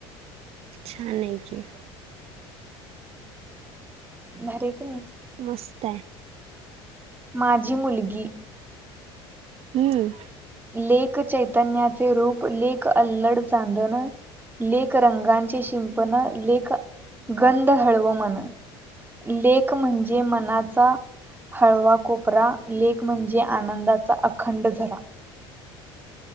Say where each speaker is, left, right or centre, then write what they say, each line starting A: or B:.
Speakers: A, on the right; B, on the right.
A: छानाय की
B: भारी आहे की नाही.
A: मस मस्ताय.
B: माजी मुलगी-
A: हम्म.
B: लेक चैतन्याचे रूप लेक अल्लड चांदन. लेक रंगांचे शिंपण लेक गंध हळव मन लेक म्हणजे मनाचा हळवा कोपरा लेक म्हणजे आनंदाचा अखंड झरा.